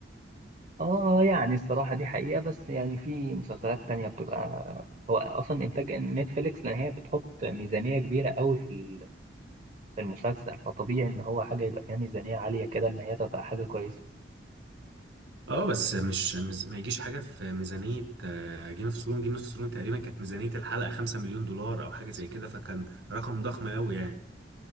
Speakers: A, on the right; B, on the right.
A: اه يعني الصراحة دي حقيقة بس يعني في مسلسلات تانية بتبقى هو اصلا انتاج نتفليكس لان هي بتحط ميزانية كبيرة قوي في ال- في المسلسل فطبيعي ان هو حاجة يبقى فيها ميزانية عالية كده ان هي تبقى حاجة كويسة
B: اه بس مش مز... ما يجيش حاجه في ميزانيه جيم اوف ثرون جيم اوف ثرون تقريبا كانت ميزانيه الحلقه 5 مليون دولار او حاجه زي كده فكان رقم ضخم قوي يعني